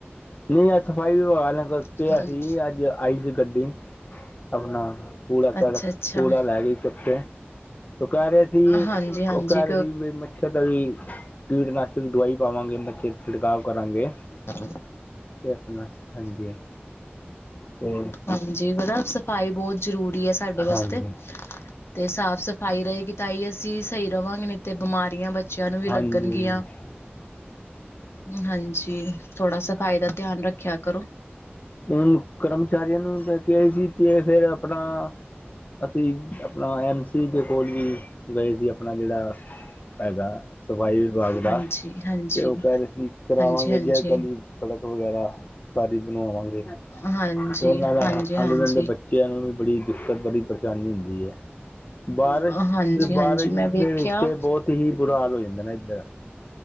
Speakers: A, on the left; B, on the left.
A: ਨਹੀਂ, ਅੱਜ ਸਫ਼ਾਈ ਵਿਭਾਗ, ਆਲਿਆਂ ਨਾਲ
B: ਉਹ
A: ਕਿਹਾ ਸੀ। ਅੱਜ ਆਈ ਸੀ ਗੱਡੀ, ਆਪਣਾ। ਕੂੜਾ-
B: ਅੱਛਾ-ਅੱਛਾ
A: ਕਾੜਾ, ਕੂੜਾ ਲੈ ਗੀ, ਚੱਕ ਕੇ। ਉਹ ਕਹਿ ਰਹੇ ਸੀ।
B: ਹਾਂਜੀ-ਹਾਂਜੀ
A: ਉਹ ਕਹਿ ਰਹੇ ਸੀ, ਵੀ ਮੱਛਰ ਦਾ ਵੀ। ਕੀਟਨਾਸ਼ਕ ਦਵਾਈ, ਪਾਵਾਂਗੇ। ਮੱਛਰ ਤੇ ਛਿੜਕਾਵ ਕਰਾਂਗੇ।
B: ਹਾਂ।
A: ਤੇ, ਆਪਣਾ। ਹਾਂਜੀ। ਤੇ
B: ਹਾਂਜੀ। ਹਨਾ, ਸਫ਼ਾਈ ਬਹੁਤ ਜ਼ਰੂਰੀ ਹੈ। ਸਾਡੇ ਵਾਸਤੇ।
A: ਹਾਂਜੀ
B: ਤੇ, ਸਾਫ਼- ਸਫ਼ਾਈ ਰਹੇਗੀ। ਤਾਂ ਹੀ, ਅਸੀਂ ਸਹੀ ਰਵਾਂਗੇ। ਤੇ, ਬਿਮਾਰੀਆਂ ਬੱਚਿਆਂ ਨੂੰ ਵੀ,
A: ਹਾਂਜੀ
B: ਲੱਗਣਗੀਆਂ।
A: ਹਾਂਜੀ।
B: ਹਾਂਜੀ। ਥੋੜਾ- ਸਫ਼ਾਈ ਦਾ ਧਿਆਨ, ਰੱਖਿਆ ਕਰੋ।
A: ਹੁਣ, ਕਰਮਚਾਰੀਆਂ ਨੂੰ ਲੈਕੇ ਆਈ ਸੀ। ਤੇ ਫੇਰ ਆਪਣਾ ਅਸੀਂ ਆਪਣਾ, ਐਮ ਸੀ, ਦੇ ਕੋਲ ਵੀ, ਗਏ ਸੀ ਆਪਣਾ। ਜੇੜਾ ਹੈਗਾ, ਸਫ਼ਾਈ ਵਿਭਾਗ ਦਾ,
B: ਹਾਂਜੀ ਹਾਂਜੀ
A: ਤੇ ਓ ਕੈ ਰਏ ਸੀ ਕਰਾਵਾਂਗੇ
B: ਹਾਂਜੀ ਹਾਂਜੀ
A: ਜੀ ਅੱਜ ਕਲ੍ਹ ਈ, ਸੜਕ ਵ ਵਗੈਰਾ, ਸਾਰੀ ਬਣਵਾਵਾਂਗੇ,
B: ਹਾਂਜੀ
A: ਤੇ ਓਨਾਂ ਦਾ
B: ਹਾਂਜੀ ਹਾਂਜੀ
A: ਆਂਦੇ ਜਾਂਦੇ ਬੱਚਿਆਂ ਨੂੰ ਔਨੂੰ ਵੀ ਬੜੀ ਦਿੱਕਤ, ਬੜੀ ਪਰੇਸ਼ਾਨੀ ਹੁੰਦੀ ਐ। ਬਾਰਿਸ਼,
B: ਹਾਂਜੀ
A: ਬਾਰਿਸ਼
B: ਹਾਂਜੀ ਮੈਂ ਵੇਖਿਆ
A: ਦੇ ਵਿੱਚ ਤੇ, ਬੋਤ ਹੀ ਬੁਰਾ ਹਾਲ ਹੋ, ਜਾਂਦਾ ਨਾ ਇੱਧਰ।